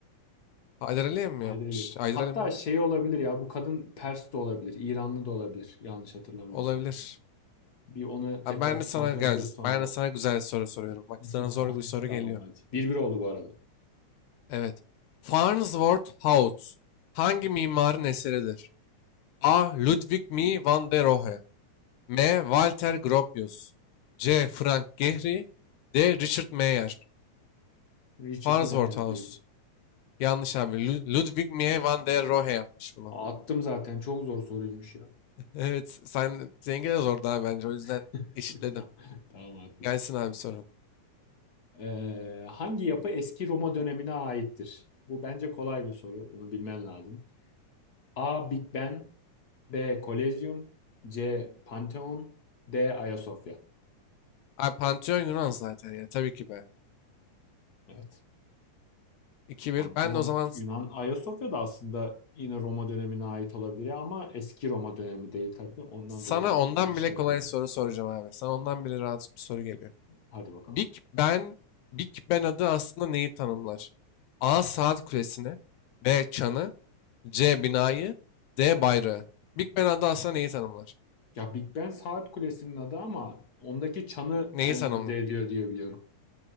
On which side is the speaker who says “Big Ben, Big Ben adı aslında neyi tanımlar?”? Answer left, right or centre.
Left